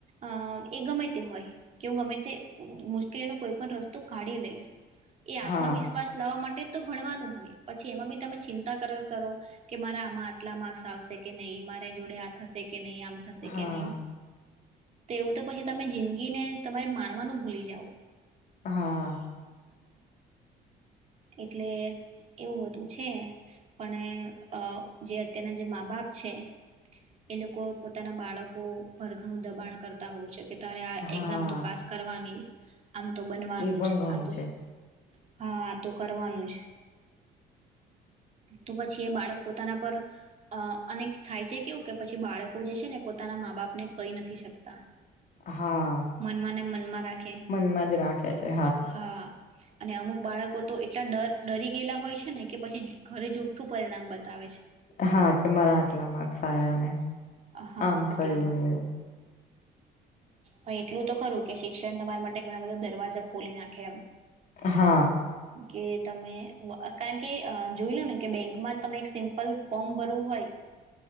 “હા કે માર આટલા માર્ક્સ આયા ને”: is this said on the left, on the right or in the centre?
Left